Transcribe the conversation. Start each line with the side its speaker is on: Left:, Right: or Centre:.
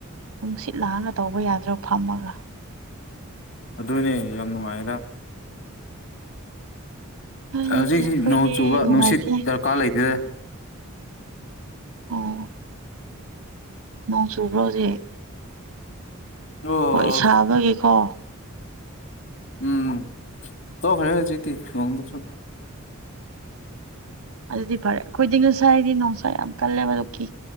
Right: ꯅꯨꯡꯁꯤꯠ ꯂꯥꯡꯉꯒ ꯇꯧꯕ ꯌꯥꯗ꯭ꯔꯣ ꯐꯝꯃꯒ
Left: ꯑꯗꯨꯅꯦ ꯌꯥꯝ ꯅꯨꯡꯉꯥꯏꯔ
Right: ꯍꯩ
Left: ꯍꯧꯖꯤꯛꯖꯤꯛ
Right: ꯑꯩꯈꯣꯏꯗꯤ
Left: ꯅꯣꯡ ꯆꯨꯕ
Right: ꯅꯨꯡꯉꯥꯏꯇꯦ
Left: ꯅꯨꯡꯁꯤꯠ ꯗꯔꯀꯥꯔ ꯂꯩꯇꯦ
Right: ꯑꯣ ꯅꯣꯡ ꯆꯨꯕ꯭ꯔꯣ ꯍꯧꯖꯤꯛ
Left: ꯑꯣ
Right: ꯍꯣꯏ ꯁꯥꯕꯒꯤꯀꯣ
Left: ꯎꯝ ꯇꯣꯛꯈ꯭ꯔꯦ ꯍꯧꯖꯤꯛꯇꯤ ꯅꯣꯡꯗꯨꯁꯨ
Right: ꯑꯗꯨꯗꯤ ꯐꯔꯦ ꯑꯩꯈꯣꯏꯗꯤ ꯉꯁꯥꯏꯗꯤ ꯅꯨꯡꯁꯥ ꯌꯥꯝ ꯀꯜꯂꯦꯕꯗꯨ ꯀꯤ